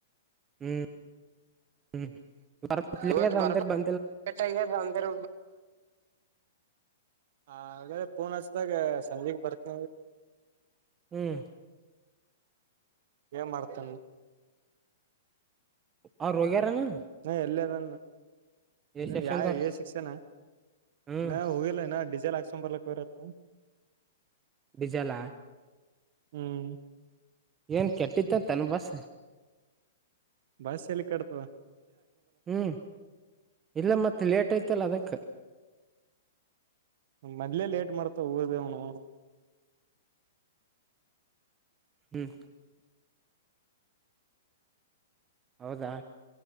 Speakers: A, on the right (about 20°); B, on the right (about 60°).
A: ಹ್ಮ್ ಹ್ಮ್ ಬ ಪುಲಿ
B: ಇವತ್ತು
A: ಬ
B: ಬರ್
A: ಬ
B: ಲೇಟ್ ಆಗ್ಯದ ಅಂದ್ರ ಹ ಹಾಗೆ ಪೂಣ ಹಚ್ಚದಾಗ ಸಂಜೆೆಗೆ ಬರ್ತ
A: ಹ್ಮ್
B: ಮಾಡರ್ತ
A: ಅವ ರೋಗಾರನಾ
B: ಹ್ಮ ಎಲ್ಲೇ ನನ್
A: ಎ
B: ಇನ್ನು
A: ಸೆಕ್ಷನ್ದವ್ರ
B: ಯಾ ಶಿಕ್ಷೆನ
A: ಹ್ಮ್
B: ಇ ಹೋಗಿಲ್ಲ ಇನ್ನ ಡೀಸೆಲ್ ಹಾಕ್ಸಕೊಂಡ್ ಬರ್ಲ ಕೊರತ್ತ
A: ಜಾಲ
B: ಹ್ಮ್
A: ಏನ್ ಕೆಟ್ಟಿತ್ತ ತನ್ನ ಬಸ
B: ಬಸ್ ಎಲ್ಲಿ ಕಡ್ತದೆ
A: ಹ್ಮ್ ಇಲ್ಲ ಮತ್ತ ಲೇಟ್ ಐತಲ್ಲ ಅದಕ್ಕ
B: ಮೊದ್ಲೇ ಲೇಟ್ ಮಾಡ್ತವ ಊರ್ದೇವ್ನು
A: ಹ್ಮ್ ಹೌದಾ